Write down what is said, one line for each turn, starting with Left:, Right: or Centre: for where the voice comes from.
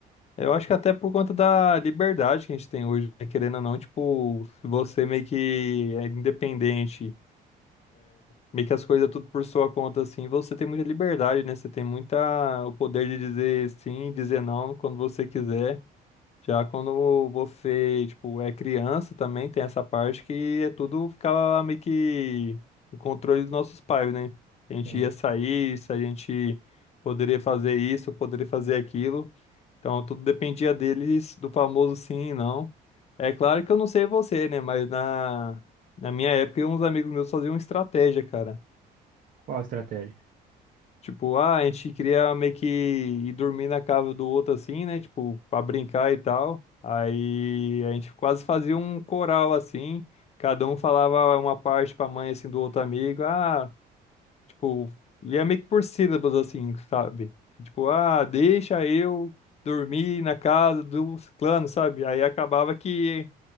Left: Eu acho que até por conta da liberdade que a gente tem hoje, né? Querendo ou não, tipo, se você meio que é independente, meio que as coisas tudo por sua conta, assim, você tem muita liberdade, né? Você tem muita o poder de dizer sim, dizer não quando você quiser. Já quando você, tipo, é criança também tem essa parte que é tudo ficava meio que o controle dos nossos pais, né? A gente
Right: Sim.
Left: ia sair, se a gente poderia fazer isso, poderia fazer aquilo. Então, tudo dependia deles, do famoso sim e não. É claro que eu não sei você, né? Mas na, na minha época, uns amigos meus faziam estratégia, cara.
Right: Qual a estratégia?
Left: Tipo, ah, a gente queria meio que ir dormir na casa do outro assim, né? Tipo, pra brincar e tal. Aí a gente quase fazia um coral assim. Cada um falava uma parte pra mãe assim do outro amigo. Ah. Tipo, e é meio que por sílabas, assim, sabe? Tipo, ah, deixa eu dormir na casa do ciclano, sabe? Aí acabava que,